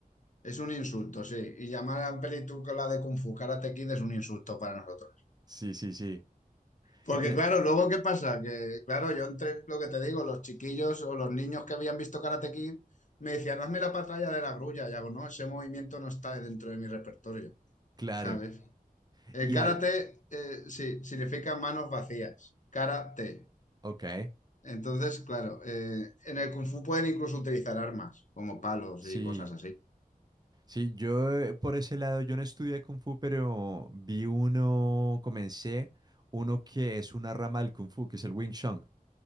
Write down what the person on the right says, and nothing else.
Sí, sí, sí.
Y e-
claro.
Y
hay,
ok,
sí.
Sí, yo eh, por ese lado, yo no estudié Kung Fu, pero vi uno, comencé uno que es una rama del Kung Fu, que es el Wing Chun.